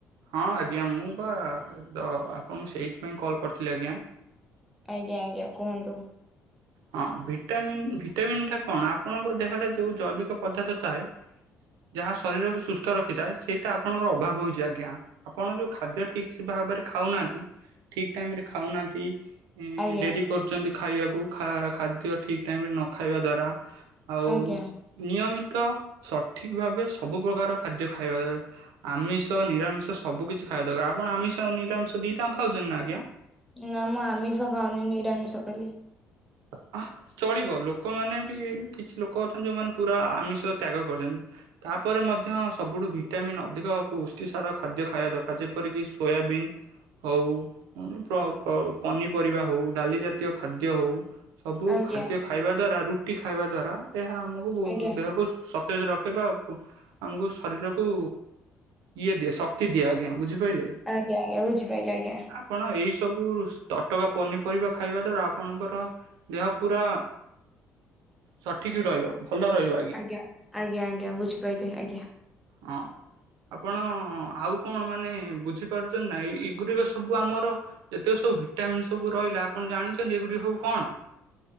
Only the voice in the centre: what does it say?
ଆଜ୍ଞା ଆଜ୍ଞା କୁହନ୍ତୁ
ଆଜ୍ଞା।
ଆଜ୍ଞା
ନା ମୁଁ ଆମିଷ ଖାଉନି ନିରାମିଷ ଖାଲି।
ଆଜ୍ଞା
ଆଜ୍ଞା।
ଆଜ୍ଞ ଆଜ୍ଞା ବୁଝିପାଇଲି ଆଜ୍ଞା।
ଆଜ୍ଞା ଆଜ୍ଞା ଆଜ୍ଞା ବୁଝିପାଇଲି ଆଜ୍ଞା।